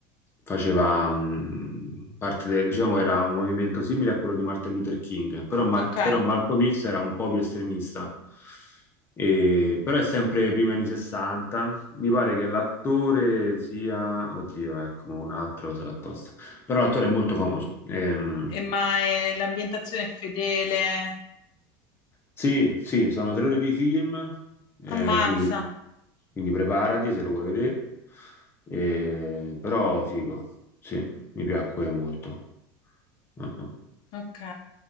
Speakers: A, on the left (about 25°); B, on the left (about 50°).
A: faceva mh, parte del, diciamo, era un movimento simile a quello di Martin Luther King, però, Mar-
B: Ok.
A: però Malcolm X era un po' più estremista. E- però è sempre prima anni 60. Mi pare che l'attore sia, oddio, ecco, un altro sarà tosta. Però l'attore è molto famoso. Ehm,
B: E ma è- l'ambientazione è fedele?
A: sì, sì, sono tre ore di film, eh,
B: Ammazza.
A: quindi. Quindi preparati se lo vuoi vedere. E- Però figo, sì, mi piacque molto. Uh-uh.
B: Ok.